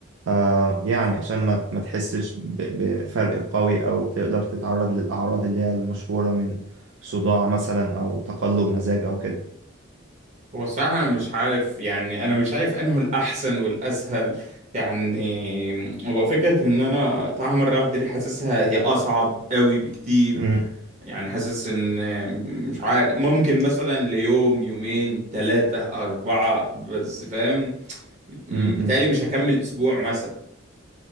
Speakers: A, on the right; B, on the right.
A: آه يعني عشان ما ما تحسش ب- بفرق قوي او تقدر تتعرض للاعراض اللي هي المشهورة من صداع مثلا او تقلب مزاج او كده
B: هو الصراحة أنا مش عارف يعني أنا مش عارف أنه الأحسن والأسهل يعني هو فكرة إن أنا أقطعها مرة واحدة دي حاسسها هي أصعب قوي بكتير
A: مم،
B: يعني حاسس إن مش عارف ممكن مثلا ليوم يومين تلاتة أربعة بس فاهم م-
A: مم،
B: بتهيألي
A: مم،
B: مش هكمل أسبوع مثلا